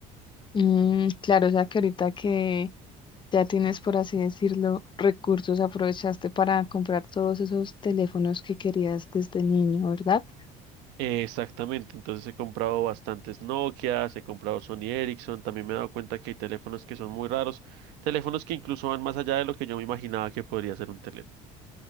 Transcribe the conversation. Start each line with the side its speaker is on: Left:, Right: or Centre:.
Left: Mm, claro, o sea que ahorita que ya tienes, por así decirlo, recursos, aprovechaste para comprar todos esos teléfonos que querías desde niño, ¿verdad?
Right: Exactamente, entonces he comprado bastantes Nokias, he comprado Sony Ericsson, también me he dado cuenta que hay teléfonos que son muy raros, teléfonos que incluso van más allá de lo que yo me imaginaba que podría ser un teléfono.